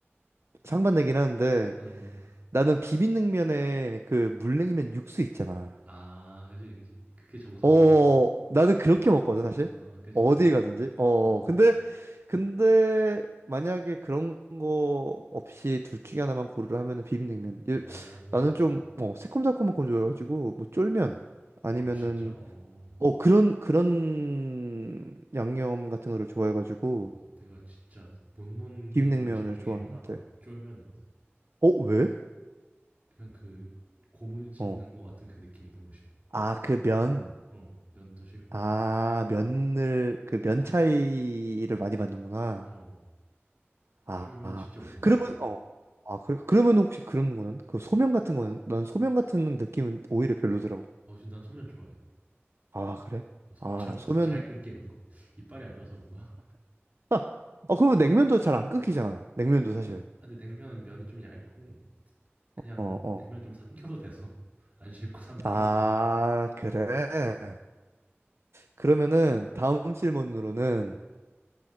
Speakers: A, on the right; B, on the right.
A: 상반되긴 하는데,
B: 어.
A: 나는 비빔냉면에 그 물냉면 육수 있잖아.
B: 아, 그지, 그지. 그게 정석이지.
A: 어, 나는 그렇게 먹거든,
B: 어,
A: 사실.
B: 어, 그지.
A: 어디 가든지. 어,
B: 맞아.
A: 근데, 근데, 만약에 그런 거 없이 둘 중에 하나만 고르라 하면은 비빔냉면. 예,
B: 어.
A: 나는 좀, 어, 새콤달콤한 거 좋아해가지고, 뭐, 쫄면, 아니면은,
B: 아 진짜? 어.
A: 어, 그런, 그런 양념 같은 거를 좋아해가지고,
B: 어 내가 진짜 못 먹는
A: 비빔냉면을
B: 음식 중에
A: 좋아하는
B: 하나가
A: 것 같아.
B: 쫄면이거든.
A: 어, 왜?
B: 그냥 그 고물 씹는
A: 어.
B: 것 같은 그 느낌이 너무 싫어.
A: 아, 그 면.
B: 어. 면도 싫고.
A: 아, 면을, 그 면 차이를 많이 받는구나.
B: 어.
A: 아,
B: 쫄면
A: 아.
B: 진짜 못 먹겠더라고.
A: 그러면 어. 아, 그, 그러면 혹시 그런 거는? 그 소면 같은 거는? 난 소면 같은 느낌은 오히려 별로더라고.
B: 아 진짜 난 소면 좋아해.
A: 아, 그래?
B: 어 소면처럼
A: 아, 난 소면
B: <laughs> 잘 끊기는 거. 이빨이 안 좋아서 그런가?
A: 아, 어, 그러면 냉면도 잘 안 끓기잖아. 냉면도 사실.
B: 아 근데 냉면은 면이 좀 얇고 그냥
A: 어, 어.
B: 냉면 좀 삼켜도 돼서 <laughs> 안 씹고 삼키고.
A: 아, 그래.
B: 음.
A: 그러면은 다음 질문으로는